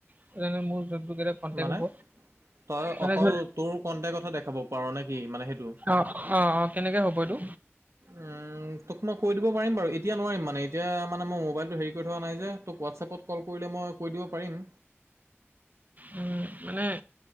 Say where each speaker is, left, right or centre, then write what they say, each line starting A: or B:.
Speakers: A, on the right (about 40°); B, on the right (about 85°).
A: <unintelligible> কনটেক্ট
B: মানে
A: হ'ব।
B: তই
A: মানে
B: অকল
A: ধ
B: তোৰ কণ্টেকতহে দেখাব পাৰ নে কি মানে সেইটো?
A: অহ অ অ, কেনেকে হ'ব এইটো?
B: উম, তোক মই কৈ দিব পাৰিম বাৰু এতিয়া নোৱাৰিম মানে এতিয়া মানে মই মোবাইলটো হেৰি কৰি থোৱা নাই যে? তোক হোৱাটছএপত কল কৰিলে মই কৈ দিব পাৰিম।
A: উম, মানে